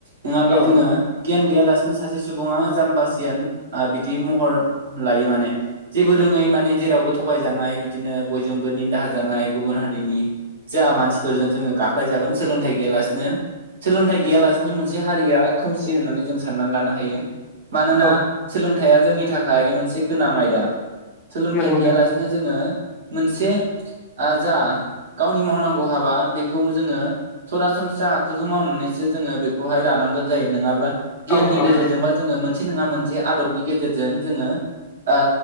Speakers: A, on the right; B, on the left.
A: नङाब्ला
B: औ
A: जोङो गियान गैयालासिनो सासे सुबुङा जाम्बासियान ओ बिदि महर लायो माने जेबो रोङै माने जेरावबो थगायजानाय बि बिदिनो बयजोंबो निन्दा होजानाय गुबुन हारिनि जा मानसिफोरजों जोङो गा जाय जागोन सोलोंथाइ गैयालासिनो सोलोंथाइ गैयालासिनो मोनसे हारिया खोमसि होननानै जों साननानै लानो हायो। मानोना
B: औ
A: सोलों थाया जोंनि थाखाय मोनसे गोनां आयदा। सोलोंथाइ
B: नंगौ
A: गैयालासिनो
B: नंगौ
A: जोङो मोनसे ओ जा गावनि मावनांगौ हाबा बेखौ जोङो सरासनस्रा आखुजों मावनानैसो जोङो बेखौहाय लानांगोन जायो नङाब्ला गियाननि
B: औ औ
A: गेजेरजोंबा जोङो मोन मोनसे नङा मोनसे आदबनि गेजेरजों जोङो ओ